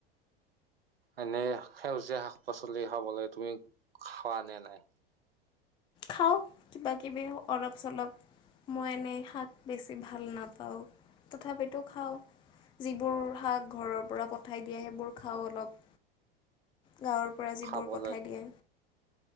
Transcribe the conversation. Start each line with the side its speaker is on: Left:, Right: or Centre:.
Right: এনে সেউজীয়া শাক-পাচলি খাবলৈ তুমি খোৱা নে নাই?
Left: খাওঁ কিবা-কিবি অলপ চলপ মই এনেই শাক বেছি ভাল নাপাওঁ, তথাপিতো খাওঁ যিবোৰ শাক ঘৰৰ পৰা পঠাই দিয়ে সেইবোৰ খাওঁ অলপ। গাঁৱৰ পৰা যিবোৰ
Right: খাব
Left: পঠাই
Right: লাগে
Left: দিয়ে।